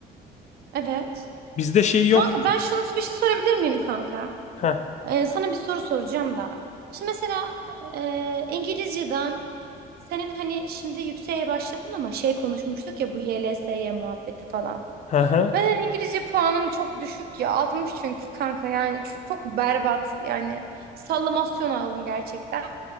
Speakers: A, on the right; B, on the left.
A: Evet.
B: Bizde şey yok.
A: Kanka ben şunu bir şey sorabilir miyim kanka?
B: Heh,
A: Ee, sana bir soru soracağım da. Şimdi mesela e, İngilizceden senin hani şimdi yükseğe başladın ama şey konuşmuştuk ya bu YLS'ye muhabbeti falan.
B: hı hı.
A: Ben hani İngilizce puanım çok düşük ya. altmış çünkü kanka yani çok çok berbat yani sallamasyon aldım gerçekten.